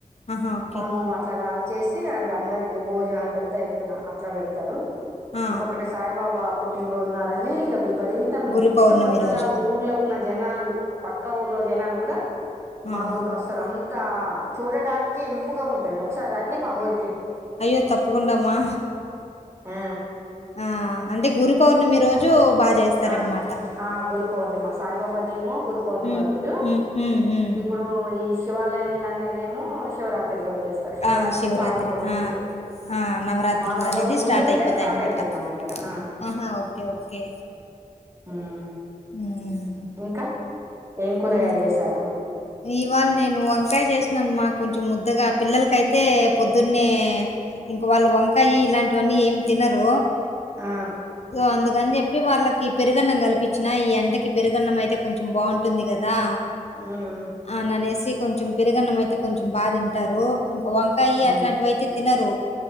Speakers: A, on the left; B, on the right.
A: ఆహా ఓకే
B: హోమం అట్లా గాల్చ చేసి అ అందరికి భోజనాలు పెద్ద ఎత్తున అట్లా పెడతారు
A: ఆ,
B: ఇంకొకటి సాయిబాబా పుట్టినరోజు నాడని ఇక విపరీతమ
A: గురు
B: చుట్టుపక్కల
A: పౌర్ణమి రోజు
B: ఊర్లో ఉన్న జనాలు పక్క ఊర్లో జనాలు కూడా
A: ఆ,
B: మా ఊరిక వస్తారు అంతా చూడడానికి ఇంపుగా ఉంటుది ఒకసారి రండి మా ఊరికి
A: అయ్యో తప్పకుండా అమ్మా
B: ఆ
A: ఆ అంటే గురు పౌర్ణమి రోజు బాగా చేస్తారనమాట.
B: ఆ ఆ గురు పౌర్ణిమా సాయిబాబా దేమో గురు పౌర్ణిమ
A: హ్మ్.
B: రోజు
A: హ్మ్. హ్మ్. హ్మ్.
B: ఇప్పుడు ఈ శివాలయం ద అనేదేమో శివరాత్రి రోజు చేస్తారు శివరాత్రికి
A: ఆ! శివరాత్రి.
B: వారం రోజుల
A: ఆ!
B: ముందు
A: ఆ నవరాత్రులు
B: వారం
A: అనేది
B: రోజుల ముందు
A: స్టార్ట్
B: నుండే
A: అయిపోతాయిన్న
B: స్టార్ట్ అయితది
A: మాట
B: మా దగ్గర ఆ
A: ఆహా ఓకే ఓకే
B: హ్మ్మ్
A: హ్మ్.
B: ఇంకా ఏం కూరగాయలు
A: హ్మ్.
B: చేసారు
A: ఇవాళ నేను వంకాయ చేసినను మా కొంచెం ముద్దగా పిల్లలకయితే పొద్దునే ఇంక వాళ్ళు వంకాయి ఇలాంటివన్నీ ఏమి తినరు
B: ఆ
A: సో అందుకని చె చెప్పి వాళ్ళకి పెరుగన్నం కల్పించినా ఈ ఎండ కి పెరుగన్నం అయితే కొంచెం బాగుంటుంది కదా దా
B: ఉమ్
A: ఆ ననేసి కొంచెం పెరుగన్నం అయితే కొంచెం బాగా తింటారు వంకాయ
B: ఉమ్
A: అట్లాంటివి అయితే తినరు